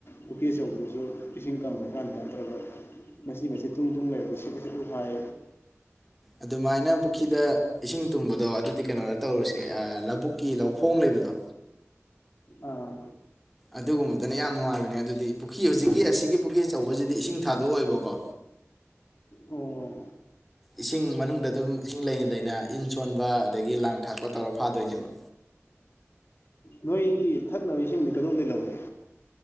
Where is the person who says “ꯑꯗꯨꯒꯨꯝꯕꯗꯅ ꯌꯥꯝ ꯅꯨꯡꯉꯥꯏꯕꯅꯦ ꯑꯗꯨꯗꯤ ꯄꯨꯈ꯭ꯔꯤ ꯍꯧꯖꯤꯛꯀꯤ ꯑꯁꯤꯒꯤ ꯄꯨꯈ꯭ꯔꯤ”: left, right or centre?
Centre